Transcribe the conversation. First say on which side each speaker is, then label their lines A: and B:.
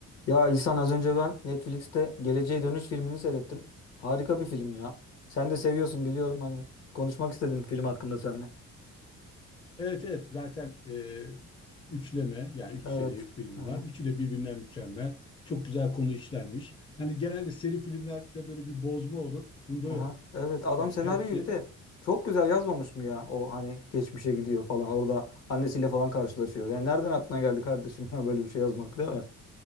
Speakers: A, on the left (about 60°); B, on the left (about 15°).
A: Ya İhsan az önce ben Netflix'te Geleceğe Dönüş filmini seyrettim. Harika bir film ya. Sen de seviyorsun biliyorum hani. Konuşmak istedim film hakkında seninle.
B: Evet evet zaten e, üçleme yani üç
A: Evet.
B: seri film
A: Aha,
B: var. Üçü de birbirinden mükemmel. Çok güzel konu işlenmiş. Hani genelde seri filmlerde böyle bir bozma olur. Bunda
A: aha.
B: yok.
A: Evet adam
B: Yani
A: senaryoyu
B: hepsi
A: bir de çok güzel yazmamış mı ya? O hani geçmişe gidiyor falan. Orada annesiyle falan karşılaşıyor. Yani nereden aklına geldi kardeşim ya böyle bir şey yazmak değil mi?